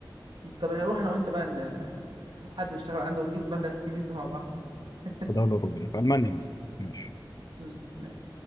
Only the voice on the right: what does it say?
طب انا اروح انا وانت بقى ن- نشوف حد نشتغل عنده ونجيب المبلغ الكبير ده مع بعض <laughs>
امم ماشي